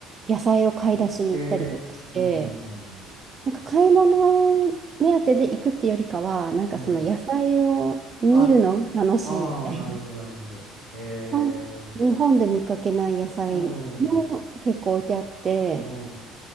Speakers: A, on the right; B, on the right.
A: 野菜を買い出しに行ったりとかして、
B: へえ。うんうんうん。
A: なんか買い物目当てで行くってよりかは、なんかその野菜を見るのが楽しいみたいな。
B: うん。あ、ああ、なるほど、なるほど。へえ、
A: <laughs> ほん日本で見かけない野菜も結構置いてあって、
B: うん、うん、